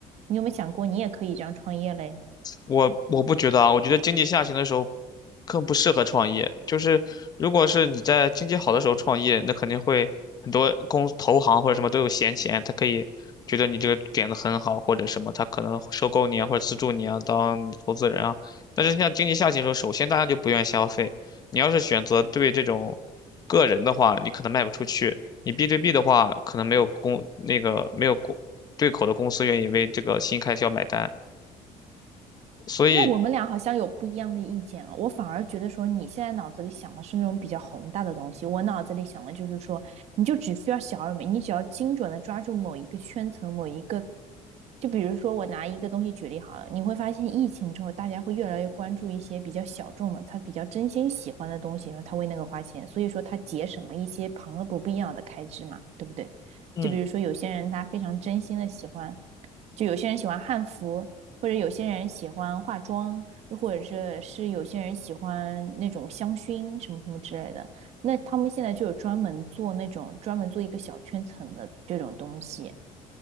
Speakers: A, on the right (about 50°); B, on the left (about 30°).
A: 你有没有想过，你也可以这样创业嘞？
B: 我我不觉得啊，我觉得经济下行的时候更不适合创业。就是如果是你在经济好的时候创业，那肯定会很多公投行或者什么都有闲钱，他可以觉得你这个点子很好或者什么，他可能收购你啊或者资助你啊当你投资人啊。但是像经济下行的时候，首先大家就不愿意消费。你要是选择对这种个人的话，你可能卖不出去；你 B 对 B 的话，可能没有公那个没有公对口的公司愿意为这个新开销买单。所以
A: 那我们俩好像有不一样的意见啊，我反而觉得说你现在脑子里想的是那种比较宏大的东西，我脑子里想的就是说，你就只需要小而美，你只要精准的抓住某一个圈层，某一个，就比如说我拿一个东西举例好了，你会发现疫情之后，大家会越来越关注一些比较小众的，他比较真心喜欢的东西，然后他为那个花钱，所以说他节省了一些旁的不必要的开支嘛，对不对？
B: 嗯，
A: 就比如说有些人他非常真心的喜欢，就有些人喜欢汉服。或者有些人喜欢化妆，又或者是是有些人喜欢那种香薰什么什么之类的。那他们现在就有专门做那种专门做一个小圈层的这种东西，